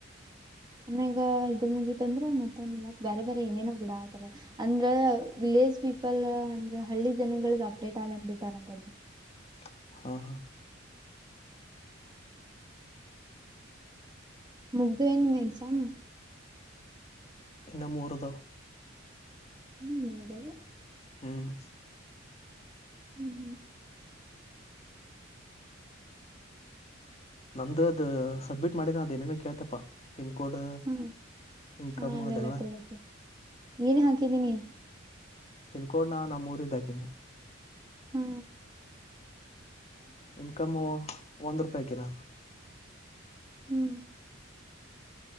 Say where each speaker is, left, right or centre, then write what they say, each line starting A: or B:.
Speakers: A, on the right; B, on the left.
A: ಆಮ್ಯಾಗ ಇದ ಮುಗಿತ ಅಂದ್ರ ಮತ್ತೊಂದ ಮತ್ ಬೇರೆ ಬೇರೆ ಏನೇನೋ ಬಿಡ ಆತಾರ ಅಂದ್ರ. ಏಜ್ ಪೀಪಲ್ ಅಂದ್ರೆ ಹಳ್ಳಿ ಜನಗಳಿಗೆ ಅಪ್ಡೇಟ್ ಆ ಅನ್ ಬಿಟ್ಟಾರಂತದ್ದು.
B: ಹ <inaudible> ಹಾ ಹಾ.
A: ಮುಗ್ದು ಏನು ನಿಮ್ ಎಕ್ಸಾಮ್.
B: ಇನ್ನ ಮೂರುದವ.
A: ಇನ್ನು ಮುಗ್ದವು
B: ಹ್ಮ್
A: ಹ್ಮ್ ಹ್ಮ್ <inaudible>
B: ನಂದದ ಸಬ್ಮಿಟ್ ಮಾಡಿನ ಅದೇಏನೇನ ಕೇಳ್ತಪ್ಪಾ ಪಿನ್ಕೋಡ್
A: ಹಾ
B: ಇನ್ಕಮ್
A: ಹಾ
B: ಅದೆಲ್ಲ
A: ಕೇಳತ್ತೆ ಏನ್ ಹಾಕಿದೀನಿ
B: ಪಿನ್ ಕೋಡ್ ನ ನಮ್ಮೂರ ಇದ್ದಕನಿ
A: ಹ್ಮ
B: ಇನ್ಕಮು ಒಂದ್ ರೂಪಾಯಿ ಕಿನ
A: ಹ್ಮ್